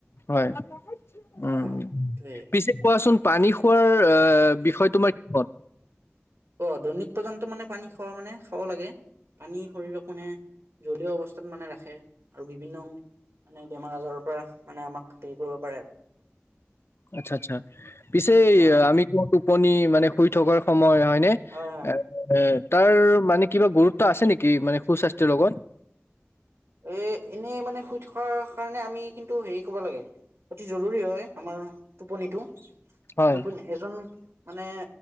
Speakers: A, on the left; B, on the right.
A: হয় উম
B: অ', সেই
A: পিছে কোৱাচোন পানী খোৱাৰ অ', বিষয় তোমাৰ কি ক'ত
B: অ' দৈনিক পৰ্যন্ত মানে পানী খোৱা মানে খাব লাগে পানী শৰীৰক মানে জলীয় অৱস্থাত মানে ৰাখে আৰু বিভিন্ন মানে বেমাৰ আজাৰৰ পৰা মানে আমাক হেৰি কৰিব পাৰে আৰু
A: আচ্ছা আচ্ছা পিছে
B: অ
A: আমি ক টোপনি মানে শুই থকাৰ সময় মই হয়নে
B: হয় হয়
A: এ তাৰ মানে কিবা গুৰুত্ব আছে নেকি মানে সুস্বাস্থ্যৰ লগত <inaudible>
B: এ এনেই মানে শুই থকাৰ কাৰণে আমি কিন্তু হেৰি কব লাগে অতি জৰুৰী হয় আমাৰ টোপনিতটো
A: হয়,
B: টোপনি এজন মানে